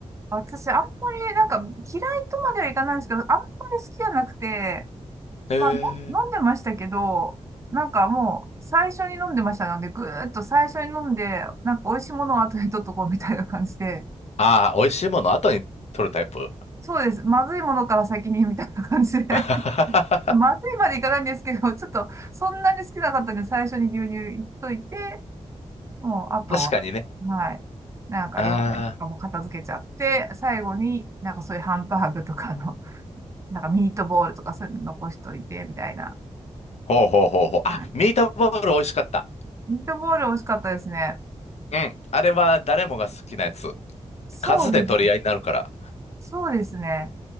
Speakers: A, on the right (about 25°); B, on the left (about 65°).
A: 私、あんまり、なんか、嫌いとまではいかないんですけど、あんまり好きじゃなくて、
B: えー、
A: まあ、の飲んでましたけど、なんかもう、最初に飲んでましたので、ぐーっと最初に飲んで、なんか、美味しいものを後で取っとこうみたいな感じで、
B: ああ、美味しいもの後に取るタイプ。
A: そうです。まずいものから先に、みたいな感じで。<laughs>
B: <laughs> 確
A: まずいまでいかないんですけど、ちょっと、そんなに好きなかったんで、最初に牛乳いっといて、もう、あとは、
B: かにね。
A: はい。なんか、
B: ああ、
A: 野菜とかも片付けちゃって、最後になんかそういうハンバーグとかの、<laughs> なんかミートボールとかそういうの残しといて、みたいな。
B: ほうほうほうほう。あ、
A: はい。
B: ミートボール美味しかった。
A: ミートボール美味しかったですね。
B: うん。あれは誰もが好きなやつ。
A: そうです。
B: 数で取り合いになるから。
A: そうですね。